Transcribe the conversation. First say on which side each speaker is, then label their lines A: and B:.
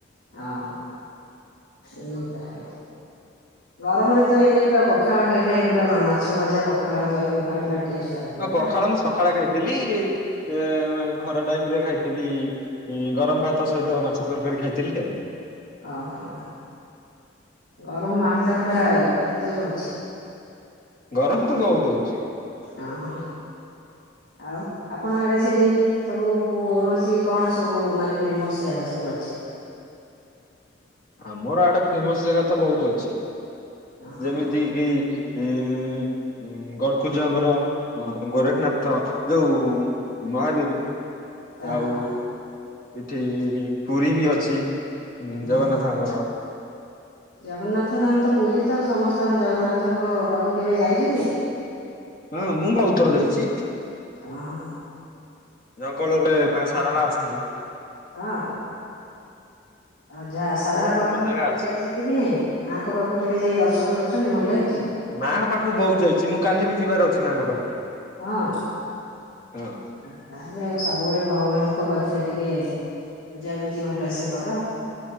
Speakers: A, on the left; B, on the left.
A: ଓହୋ ଏଇ ତାହଲେ। ଗରମରେ ତ ଏଇନେ ପୁରା ପଖାଳ ଖାଇଲେ ପୁରା ମାଛ ଭଜା ପଖାଳ ଦହି ପଖାଳ ପୁରା ଟେଷ୍ଟ ଲାଗିବ
B: ହଁ, ପଖାଳ
A: ନା
B: ମୁଁ ସକାଳେ ଖାଇଥିଲି ଏ ଖରା ଟାଇମ ରେ ଖାଇଥିଲି। ହୁ ଗରମ ଭାତ ସହିତ ମାଛ ତରକାରୀ ଖାଇଥିଲି ଆଉ।
A: ଓହୋ। ଗରମ ମାହାଲ ଟା ପୁରା କେତେ ଜୋର ହଉଛି?
B: ଗରମ ତ ବହୁତ ହଉଛିି।
A: ଓହୋ ଆଉ ଆପଣ ଆଡେ ସେଠି ସବୁ କୌଣସି କଣ ସବୁ ମାନେ ଫେମସ୍ ଜାଗା ସବୁ ଅଛି?
B: ଆମର ଆଡେ ଫେମସ ଜାଗା ତ ବହୁତ ଅଛି
A: ଓହୋ
B: ଯେମିତି କି ଉଁ <unintelligible> ଗଡ଼ଖୁଜଙ୍କର ଗୋରେଖନାଥ ଯୋଉ ମହାବୀର
A: ଓହୋ
B: ଆଉ ଏଠି ପୁରୀ ବି ଅଛି। ଉଁ,
A: ହଁ।
B: ଜଗନ୍ନାଥଙ୍କର।
A: ଜଗନ୍ନାଥ ଧାମ ତ ପୁରୀ ତ ସମସ୍ତଙ୍କ ଜଗନ୍ନାଥଙ୍କ ପାଖକୁ କେବେ ଯାଇଛନ୍ତି?
B: ହଁ ମୁଁ ବହୁତ ଥର ଯାଇଛି।
A: ଓ ହୋ।
B: <unintelligible> ମା ସାରଳା
A: ପାଖକୁ
B: ଅଛନ୍ତି।
A: ହଁ। ଆଉ ଯାହା ସାରଳା
B: ବହୁତ
A: ପାଖକୁବେ
B: ଫେମସ ଜାଗା ଅଛି।
A: ଯାଇଛନ୍ତି କି ନାଇଁ ମାଆଙ୍କ ପାଖକୁ କେବେ ଯାଇ ଦର୍ଶନ କରୁଛନ୍ତି ଭଲ ଲାଗିଛି?
B: ମାଆଙ୍କ ପାଖକୁ ବହୁତ ଯାଇଛି ମୁଁ କାଲି ବି ଯିବାର ଅଛି ମାଆଙ୍କ ପାଖକୁ।
A: ହଁ।
B: ହଁ।
A: ଆଉ ତାହେଲେ ଆଉ ସବୁବେଳେ ଭଗବାନଙ୍କ ପାଖରେ ଟିକେ ପୂଜା ପୁଜି ଭଲସେ କର।